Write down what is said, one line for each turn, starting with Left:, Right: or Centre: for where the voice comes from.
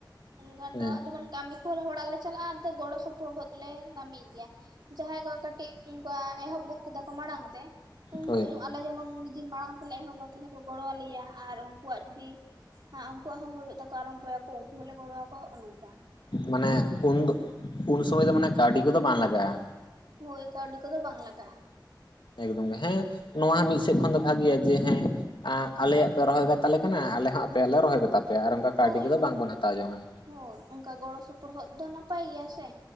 Right: ᱚᱱᱠᱟ
Left: ᱦᱮᱸ
Right: ᱫᱚ ᱟᱨ ᱡᱚᱠᱷᱚᱱ ᱠᱟᱹᱢᱤ ᱠᱚ ᱦᱚᱲᱟᱜ ᱞᱮ ᱪᱟᱞᱟᱜ-ᱟ ᱟᱫᱚ ᱜᱚᱲᱚ ᱥᱚᱯᱚ ᱥᱚᱯᱚᱦᱚᱫ ᱞᱮ ᱠᱟᱹᱢᱤᱭ ᱜᱮᱭᱟ ᱡᱟᱦᱟᱸᱭ ᱠᱚ ᱠᱟᱹᱴᱤᱡ ᱚᱱᱠᱟ ᱮᱦᱚᱵ ᱜᱚᱫ ᱠᱮᱫᱟ ᱠᱚ ᱢᱟᱲᱟᱝ ᱛᱮ᱾ ᱩᱱᱠᱩ
Left: ᱦᱳᱭ
Right: ᱟᱞᱮ ᱡᱮᱢᱚᱱ ᱡᱩᱫᱤ ᱢᱟᱲᱟᱝ ᱛᱮᱞᱮ ᱮᱦᱚᱵᱟ ᱛᱟᱦᱞᱮ ᱠᱚ ᱜᱚᱲᱚ ᱟᱞᱮᱭᱟ ᱟᱨ ᱩᱱᱠᱩᱣᱟᱜ ᱡᱩᱫᱤ ᱦᱟᱜ ᱩᱱᱠᱩᱣᱟᱜ ᱦᱚᱸ ᱦᱩᱭᱩᱜ ᱛᱟᱠᱚ ᱟᱨᱟᱢᱵᱚᱭᱟᱠᱚ ᱩᱱᱠᱩ ᱦᱚᱸᱞᱮ ᱜᱚᱲᱚᱣᱟ ᱦᱚᱜ-ᱚ ᱱᱚᱝᱠᱟ᱾
Left: ᱢᱟᱱᱮ ᱩᱱ ᱫᱚ ᱩᱱ ᱥᱚᱢᱚᱭ ᱫᱚ ᱢᱟᱱᱮ ᱠᱟᱹᱣᱰᱤ ᱠᱚᱫᱚ ᱞᱟᱜᱟᱜ-ᱟ᱾
Right: ᱦᱳᱭ ᱠᱟᱹᱣᱰᱤ ᱠᱚᱫᱚ ᱵᱟᱝ ᱞᱟᱜᱟᱜ-ᱟ᱾
Left: ᱮᱠᱫᱚᱢ ᱜᱮ ᱦᱮᱸ ᱱᱚᱣᱟ ᱢᱤᱫ ᱥᱮᱫ ᱠᱷᱚᱱ ᱫᱚ ᱵᱷᱟᱜᱮᱭᱟ ᱡᱮ ᱦᱮᱸ ᱟᱞᱮᱭᱟᱜ ᱯᱮ ᱨᱚᱦᱚᱭ ᱠᱟᱛᱟᱞᱮ ᱠᱟᱱᱟ ᱟᱞᱮ ᱦᱚᱸ ᱟᱯᱮᱭᱟᱜ ᱞᱮ ᱨᱚᱦᱚᱭ ᱠᱟᱛᱟ ᱯᱮᱭᱟ ᱟᱨ ᱚᱱᱠᱟ ᱠᱟᱹᱣᱰᱤ
Right: ᱦᱳᱭ
Left: ᱠᱚᱫᱚ
Right: ᱦᱳᱭ
Left: ᱵᱟᱝᱵᱚᱱ ᱦᱟᱛᱟᱣ ᱡᱚᱝ ᱟ᱾
Right: ᱦᱳᱭ ᱚᱱᱠᱟ ᱜᱚᱲᱚ ᱥᱚᱯᱚᱦᱚᱫ ᱫᱚ ᱱᱟᱯᱟᱭ ᱜᱮᱭᱟ ᱥᱮ